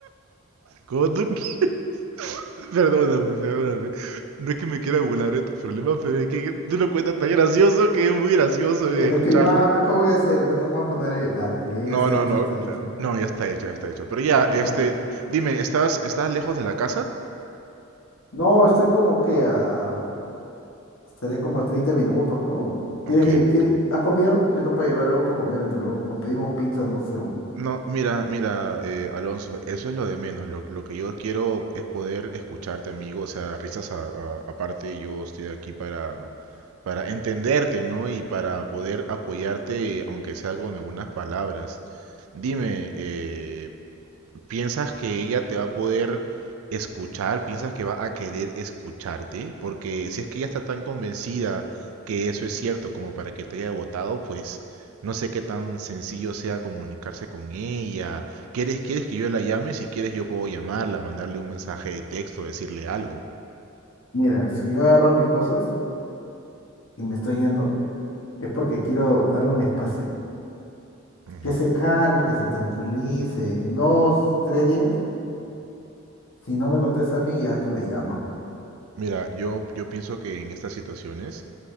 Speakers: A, on the right; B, on the left.
A: cuando tú... qui- <laughs> Perdóname, perdóname. No es que me quiera burlar de tus problemas, pero es que tú lo cuentas tan gracioso que es muy gracioso de
B: Pero
A: escucharlo.
B: es que, mano, cómo voy a hacer? Pero no me voy a poner a llorar, pe. Ya
A: No,
B: está
A: no,
B: hecho,
A: no.
B: está hecho.
A: No,
B: pe.
A: ya está hecho, ya está hecho. Pero ya,
B: Me
A: este...
B: ca-
A: Dime, ¿estás, estás lejos de la casa?
B: No, estoy como que a... Estaré como a 30 minutos, pero...
A: Ok,
B: ¿Quieres, ir- quiere-
A: ok.
B: ¿Has comido? Si no, para llevar algo para comer entre luego. O pedimos pizza, no sé. weón.
A: No, mira, mira, eh, Alonso, eso es lo de menos. Lo, lo que yo quiero es poder escucharte, amigo. O sea, risas a- a- aparte, yo estoy aquí para, para entenderte, ¿no? Y para poder apoyarte, aunque sea con algunas palabras. Dime, eh, ¿Piensas que ella te va a poder escuchar? ¿Piensas que va a querer escucharte? Porque si es que ella está tan convencida que eso es cierto como para que te haya votado, pues no sé qué tan sencillo sea comunicarse con ella. ¿Quieres, quieres que yo la llame? Si quieres yo puedo llamarla, mandarle un mensaje de texto, decirle algo.
B: Mira, si yo agarro mis cosas y me estoy yendo, es porque quiero darle un espacio.
A: Ujú.
B: Que se calme, que se tranquilice. En dos, tres días, si no me contesta a mí, ya tú le llamas. weón.
A: Mira, yo, yo pienso que en estas situaciones